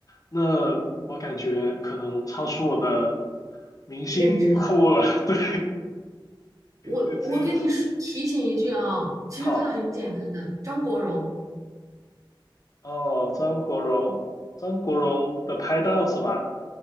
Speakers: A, on the left (about 40°); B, on the right (about 40°).
A: 那我感觉可能超出我的明星库了，
B: 认知了。
A: <laughs> 对，
B: 我我给你说提醒一句啊，
A: 直接
B: 其实他很简单的，
A: 好。
B: 张国荣，
A: 哦，张国荣，张国荣的拍档是吧？